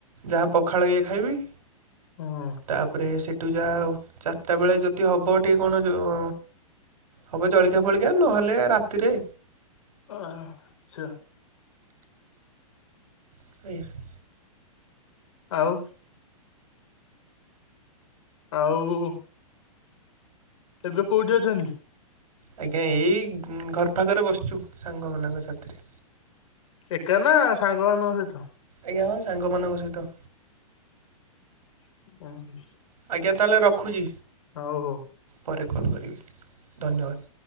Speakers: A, on the right; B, on the left.
A: ଯାହା ପଖାଳ ଇଏ ଖାଇବି।
B: ହୁଁ।
A: ତାପରେ ସେଇଠୁ ଯାହା ଆଉ ଚାରିଟା ବେଳେ ଯଦି ହବ ଟିକେ କଣ ଉଁ ହବ ଜଳିଖିଆ ଫଳିଖିଆ ନହେଲେ ରାତିରେ।
B: ହଁ ଆଛା।
A: ଆଜ୍ଞା।
B: ଆଉ। ଆଉ ଏବେ କୋଉଠି ଅଛନ୍ତି?
A: ଆଜ୍ଞା ଏଇ ଘର ପାଖରେ ବସିଛୁ ସାଙ୍ଗ ମାନଙ୍କ ସାଥିରେ।
B: ଏକା ନା ସାଙ୍ଗମାନଙ୍କ ସହିତ?
A: ଆଜ୍ଞା ହଁ ସାଙ୍ଗ ମାନଙ୍କ ସହିତ।
B: <unintelligible>
A: ଆଜ୍ଞା ତାହାଲେ ରଖୁଛି
B: ହଉ ହଉ।
A: ପରେ କଲ୍ କରିବି ଧନ୍ୟବାଦ।